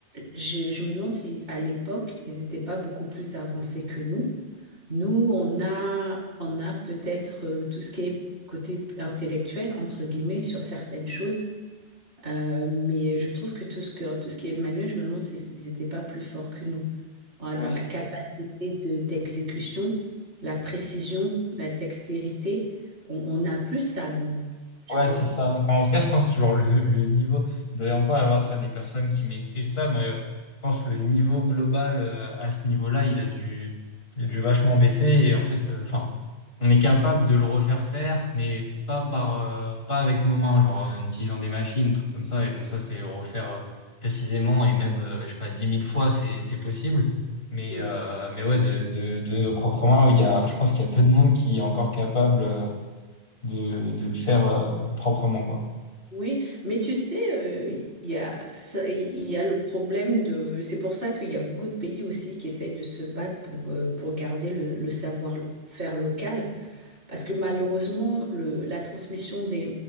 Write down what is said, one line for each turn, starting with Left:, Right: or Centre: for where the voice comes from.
Right: je, je me demande si à l'époque, ils n'étaient pas beaucoup plus avancés que nous. Nous, on a, on a peut-être euh, tout ce qui est côté intellectuel, entre guillemets, sur certaines choses. Euh, mais je trouve que tout ce que, tout ce qui est manuel, je me demande s'ils n'étaient pas plus forts que nous. Voilà,
Left: Ouais,
Right: dans
Left: si,
Right: la capacité de, d'exécution, la précision, la dextérité, on, on a plus ça, nous. Tu
Left: Ouais,
Right: vois?
Left: c'est ça. Enfin, en tout cas, je pense que genre, le, le niveau, il doit y encore y avoir tu vois, des personnes qui maîtrisent ça, mais euh, je pense que le niveau global euh, à ce niveau-là, il a dû, il a dû vachement baisser. Et en fait, euh, enfin, on est capable de le refaire faire, mais pas par, euh, pas avec nos mains, genre en utilisant des machines, trucs comme ça. Et donc ça, c'est le refaire euh, précisément et même, euh, je sais pas, dix mille fois, c'est, c'est possible. Mais,
Right: Mm.
Left: euh, mais ouais, de, de, de nos propres mains, où il y a, je pense qu'il y a peu de monde qui est encore capable. euh, de, de le faire euh, proprement, quoi.
Right: Oui, mais tu sais, euh, il y a, ça- il y a le problème de... C'est pour ça qu'il y a beaucoup de pays aussi qui essayent de se battre pour, euh, pour garder le, le savoir-faire local. Parce que malheureusement, le- la transmission des,